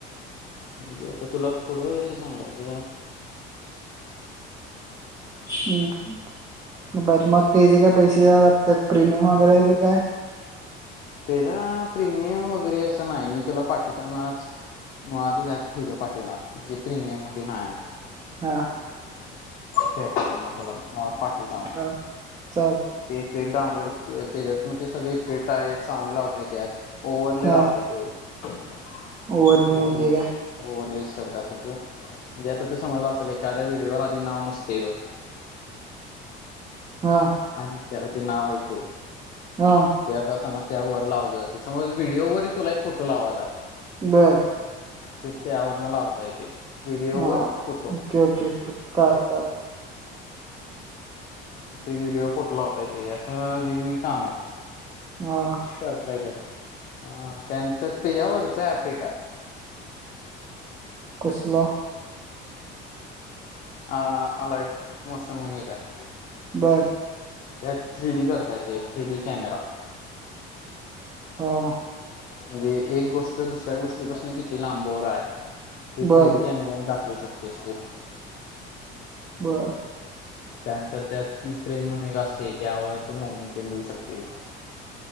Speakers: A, on the left (about 45°); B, on the right (about 20°).
A: म्हणजे आता तुला पुढं कसं सांगायचं?
B: ह् बरं मग तेजे काय पैसे द्यावे लागतात, प्रीमियम वगैरे आहे का काय?
A: त्याचा प्रीमियम वगैरे असं, नाही मी तुला पाठतानाच. मुळातच अँप फ्रीच पाठवणार, जे प्रीमियम मध्ये नाहीय.
B: हा.
A: ते पाठव ना तुला <unintelligible> पाठवता आज.
B: हा चाल
A: तेेट डाउनलोड त्याच्यात मग ते सगळे फेट आहेत साउंड लावया येत्यात. ओव्हरले
B: हा
A: लावतात ते ओव्हरलेस.
B: ओव्हरले म्हणजे काय
A: ओव्हरलेस शब्द असलं त्यो, म्हणजे आता समजलं असल एखाद्या व्हिडिओवर आधी नाव नसतंय बघ.
B: हा.
A: आणि त्या ते नाव य ते.
B: हा.
A: ते आता समज त्यावर लावले जाते. समज व्हिडिओ वरही तुला एक फोटो लावाचा आहे.
B: बर!
A: ते त्या वरणालावता येते. व्हिडिओवर
B: हा!
A: फोटो
B: ओके, ओके, ओके! कळालं, कळालं.
A: ते व्हिडिओ फोटो लावता येतेय असं वेगवेगळी कामं आहेत.
B: हो.
A: करतायेत अ त्यांतर त्याच्यावरच अँप एक आहे.
B: कसला.
A: अ अलाईट मोशन म्हणून एक आहे.
B: बरं!
A: त्यात थ्री डी करता येतंय, एक थ्री डी कॅमेरा.
B: हो.
A: म्हणजे एक गोष्ट दुसऱ्या गोष्टीपासून किती लांबावर आहे. ते
B: बर
A: थ्री डी कॅमेरा मी दाखवू शकतेस तु.
B: बरं!
A: त्यानंतर त्यात की फ्रेम म्हणून एक असते, त्यावर तू मो मेंटेन देऊ शकतेस.